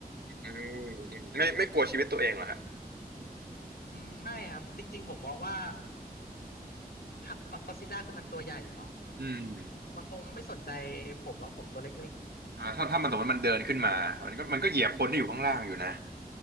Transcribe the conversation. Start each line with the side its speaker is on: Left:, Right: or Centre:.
Right: อืมอืมไม่ไม่กลัวชีวิตตัวเองเหรอฮะ
Left: อืมไม่ครับจริงๆผมมองว่าถ้ามักก็อดซิลล่าคือมันตัวใหญ่เนาะ
Right: อืม
Left: มันคงไม่สนใจผมหรอกผมตัวเล็ก
Right: อ่าถ้าถ้ามันสมมติมันเดินขึ้นมามันก็มันก็เหยียบคนที่อยู่ข้างล่างอยู่นะ